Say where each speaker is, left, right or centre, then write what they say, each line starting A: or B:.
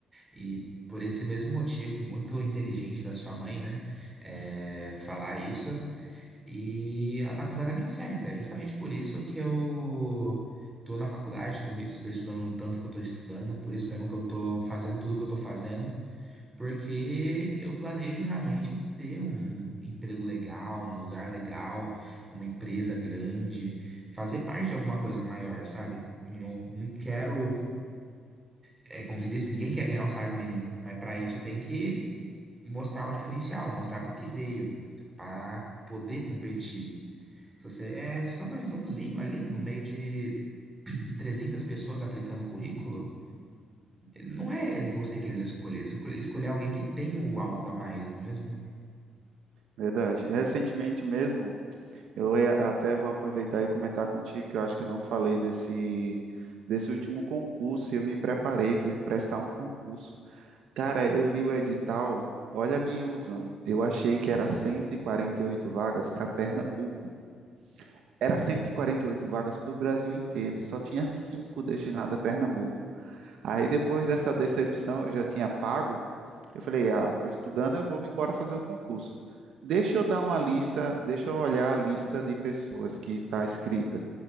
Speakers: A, on the right; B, on the right.
A: E por esse mesmo motivo, muito inteligente da sua mãe, né? é, falar isso. E ela tá completamente certa. É justamente por isso que eu tô na faculdade, tô, me, estou estudando o tanto que eu tô estudando, por isso mesmo que eu tô fazendo tudo que eu tô fazendo, porque eu planejo realmente ter um emprego legal, um lugar legal, uma empresa grande, fazer parte de alguma coisa maior, sabe? Não, não quero é como se disse, ninguém quer ganhar um salário mínimo, mas para isso tem que mostrar o diferencial, mostrar para o que veio, para poder competir. Se você é só mais umzinho ali no meio de <clears throat> 300 pessoas aplicando o currículo, não é você que eles vão escolher, eles vão escolher escolher alguém que tem o algo a mais, não é mesmo?
B: Verdade. Recentemente mesmo, Eu ia- até vou aproveitar e comentar contigo que eu acho que eu não falei desse, desse último concurso. e Eu me preparei, fui prestar um concurso. Cara, eu li o edital, olha a minha ilusão. Eu achei que era cento e e quarenta e oito vagas para Pernambuco. Era cento e e quarenta e oito vagas para o Brasil inteiro e só tinha cinco destinadas a Pernambuco. Aí depois dessa decepção, eu já tinha pago eu falei, ah, estou estudando, eu vou me embora fazer o concurso. Deixa eu dar uma lista, deixa eu olhar a lista de pessoas que está escrita.